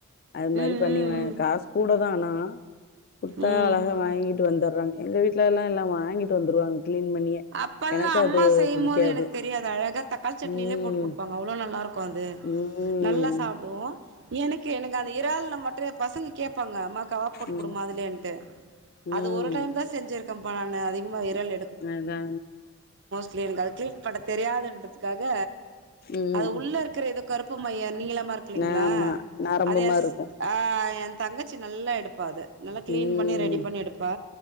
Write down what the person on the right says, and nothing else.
ம்
ம்
ம்
ம்
அப்பல்லாம்
அம்மா
செய்யும்போது
எனக்கு தெரியாத வெக தக்காளி சட்னியிலே
போட்டு குடுப்பாங்க அவ்ளவு நல்லாருக்கும் அது
நல்லா சாப்டுவொம் எனக்கு எனக் அந்த இறள்ல மட்டும் பசங்க கேப் ப்பாங்க அம்மா கவாப் போட்டு
குடுமா அதுலன்ட்டு
அது ஒரு டைம் தான் செஞ்சிருக்கு <unintelligible> அதிகமா இறல
கிளீன்க்கு அது கிளின் பண்ண தெரியாதுன்றது க்காக
அது உள்ள இருக்கிற ஏதோ கருப் ப்பு மயர் நீங்களா மரகில்லேங்களா
அத எஸ்
ஆ என் தங்கச்சி நல்லா எடுப் பத நல்லா கிளீன்
பண்ணி ரெடி பண்ணி எடுப்பா